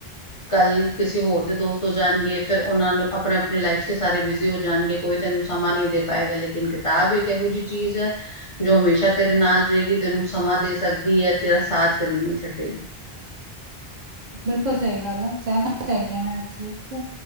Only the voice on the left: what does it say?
ਕੱਲ ਕਿਸੇ? ਹੋਰ ਦੇ ਦੋਸਤ ਹੋ ਜਾਣਗੇ, ਫਿਰ ਉਹਨਾਂ ਨੂੰ ਆਪਣੇ ਆਪਣੇ ਲਾਈਫ ਚ ਸਾਰੇ ਬੀਜੀ ਹੋ ਜਾਣਗੇ, ਕੋਈ ਤੈਨੂੰ ਸਮਾਂ ਨੀ ਦੇ ਪੜਨਾ ਪਏਗਾ, ਲੇਕਿਨ ਕਿਤਾਬ ਇੱਕ ਇਹੋ ਜਿਹੀ ਚੀਜ਼ ਹੈ, ਜੋ ਹਮੇਸ਼ਾ ਤੇਰੇ ਨਾਲ ਰਹੇਗੀ, ਤੈਨੂੰ ਸਮਾਂ ਦੇ ਸਕਦੀ ਕੀ ਹੈ ਤੇਰਾ ਸਾਥ ਕਦੀ ਨਹੀ ਛੱਡੇਗੀ?